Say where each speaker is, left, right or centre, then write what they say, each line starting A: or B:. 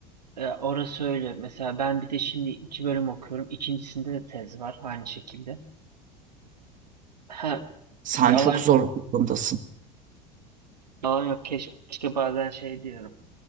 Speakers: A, on the right (about 85°); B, on the right (about 40°).
A: E, orası öyle. Mesela ben bir de şimdi iki bölüm okuyorum. İkincisinde de tez var aynı şekilde. Ha,
B: Sen
A: yalan
B: çok zor bir durumdasın
A: yalan yok. Keşke, keşke bazen şey diyorum.